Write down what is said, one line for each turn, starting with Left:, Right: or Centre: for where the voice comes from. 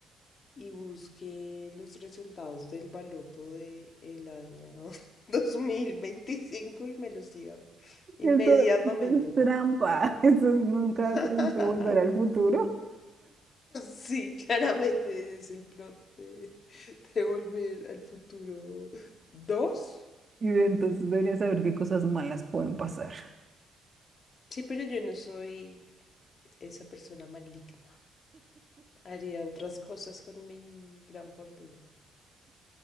Left: y busque los resultados del baloto de el año <laughs> 2025 y me los diga inmediatamente.
Right: Eso, eso es trampa. <laughs> Eso es nunca
Left: <laughs>
Right: te dice volver al futuro.
Left: Sí, claramente es el plot de, de Volver al Futuro dos
Right: Y entonces debería saber qué cosas malas pueden pasar.
Left: Sí, pero yo no soy esa persona maligna. Haría otras cosas con mi gran fortuna.